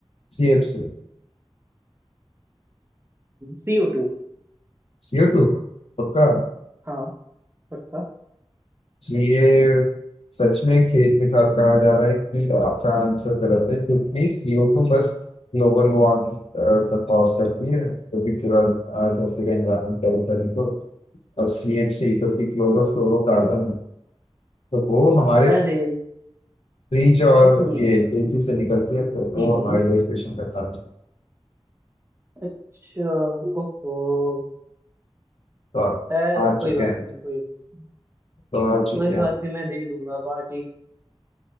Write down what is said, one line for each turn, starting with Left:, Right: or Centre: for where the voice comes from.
Left: C F C
Right: CO two
Left: C O two पक्का
Right: हाँ पक्का
Left: तो ये सच में खेल के साथ कहा जा रहा है कि आपका आंसर गलत है क्योंकि सीओ टू बस ग्लोबल वार्मिंग का कॉज करती है जो कि पूरा अ, धरती का एनवायरमेंट गर्म करने को और सी एफ सी जो कि क्लोरोफ्लोरोकार्बन है तो वो हमारे
Right: अरे
Left: फ्रिज और
Right: हम्म
Left: ये एसी से निकलती है तो वो
Right: हम्म
Left: हमारे डिस्कशन का कारण है।
Right: अच्छा ओहो
Left: तो आप
Right: खैर
Left: हार
Right: कोई
Left: चुके
Right: बात
Left: हैं
Right: नहीं कोई बात
Left: तो हार चुके
Right: कोई
Left: हैं
Right: बात
Left: आप।
Right: नहीं मैं दे दूंगा पार्टी